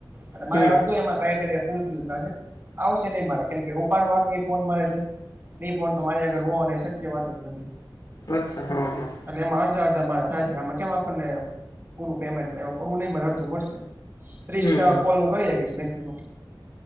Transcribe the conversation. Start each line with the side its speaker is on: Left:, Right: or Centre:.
Right: અને મારે
Left: હમ
Right: અડધો એમાં ક્રાઈટેરિયા ફુલફિલ થશે આવશે નહી મારે કેમ કે ઉપાડ વાટો એ ફોન મારે જોઈ એ ફોન તમારી આગર હો એ શક્ય વાત જ નથી.
Left: અચ્છા હા હા.
Right: એટલે એમાં અડધા અડધા મારા થાય છે આમાં કેમ આપણને પૂરું પેમેન્ટ એમાં પૂરું નહી અડધું મળશે ત્રીસ
Left: હમ
Right: ટ
Left: હમ
Right: કોલ હું કરી શકીશ મેક્સિમમ.